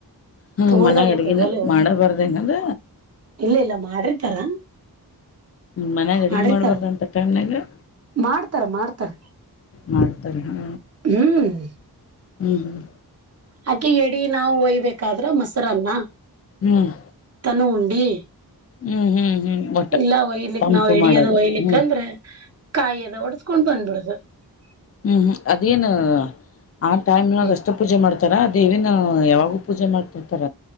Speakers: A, on the left (about 40°); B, on the right (about 40°).
A: ಹ್ಮ
B: ತೋಡ್ದಾಗೈತೆ
A: ಮನ್ಯಾಗ ಅಡ್ಗಿನ
B: ಬಲ
A: ಮಾಡಬಾರ್ದ ಏನದ
B: ಇಲ್ಲ ಇಲ್ಲ ಮಾಡ್ರಿ ತರಾ
A: ಮನ್ಯಾಗ ಅಡ್ಗೆ
B: ಮಾಡತಾರ
A: ಮಾಡ್ಬಾರ್ದ ಅಂತ ಟೈಮ್ನಾಗ
B: ಮಾಡ್ತಾರ ಮಾಡ್ತಾರ
A: ಮಾಡ್ತಾರೆ ಹಾ
B: ಹ್ಮ್
A: ಹ್ಮ್ ಹ್ಮ್
B: ಅಕೆ ಎಡಿ ನಾವವು ಒಯ್ಬೇಕಾದ್ರ ಮೊಸರನ್ನ
A: ಹ್ಮ್
B: ತನ ಉಂಟ ಬಿ
A: ಹ್ಮ್ ಹ್ಮ್ ಹ್ಮ್ ಒಟ್ಟ
B: ಇಲ್ಲ ಒಯ್ಲಿಕ್
A: ತಂಪು
B: ನಾವ್ ಎಡಿಯದ
A: ಮಾಡೋದು
B: ಒಯ್ಲಿಕ್ಕ
A: ಹ್ಮ್
B: ಅಂದ್ರೆ ಕಾಯಿಯದ ಒಡ್ಸ್ಕೊಂಡ್ ಬಂದ್ಬಿಡು <unintelligible>
A: ಹ್ಮ್ಅದೇನ್ ಆ ಟೈಮ್ಗ
B: ಹ್ಮ್
A: ಅಷ್ಟ ಪೂಜೆ ಮಾಡ್ತ ತಾರ ದೇವಿನ ಯಾವಾಗ ಪೂಜೆ ಮಾಡ್ತಿರ್ತಾರ